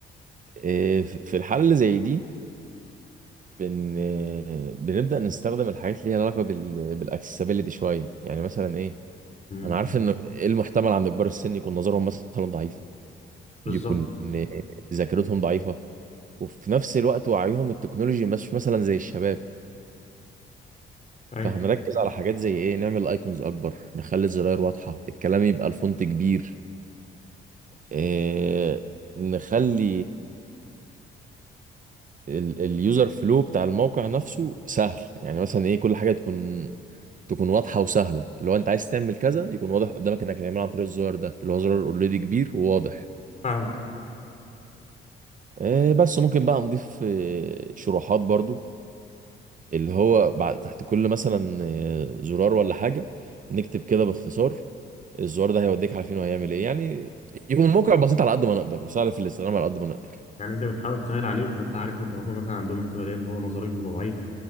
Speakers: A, on the right (about 40°); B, on the left (about 35°).
A: إيه، في الحالة اللي زي دي بن بنبدأ نستخدم الحاجات اللي ليها علاقة بال بالاكسسبيلتي شوية يعني مثلا ايه
B: امم
A: انا عارف ان المحتمل عند كبار السن يكون نظرهم مثلا ضعيف
B: بالظبط
A: يكون ذاكرتهم ضعيفة وفي نفس الوقت وعيهم التكنولوجي مش مثلا زي الشباب
B: ايوه
A: فهنركز على حاجات زي ايه نعمل ايكونز اكبر نخلي الزراير واضحة الكلام يبقى الفونت كبير إيه نخلي اليوزر فلو بتاع الموقع نفسه سهل يعني مثلا ايه كل حاجة تكون تكون واضحة وسهلة لو انت عايز تعمل كذا يكون واضح قدامك انك هتعمله عن طريق الزرار ده اللي هو زرار اوريدي كبير وواضح
B: فاهمك
A: إيه بس ممكن بقى نضيف إيه، شروحات برضو اللي هو بعد تحت كل مثلا آه، زرار ولا حاجة نكتب كده باختصار الزرار ده هيوديك على فين وهيعمل ايه يعني يكون الموقع بسيط على قد ما نقدر وسهل في الاستخدام على قد ما نقدر
B: يعني انت بتحاول تسهل عليهم فانت عارف ان هم مثلا عندهم احتماليه ان هو نظرهم يبقى ضعيف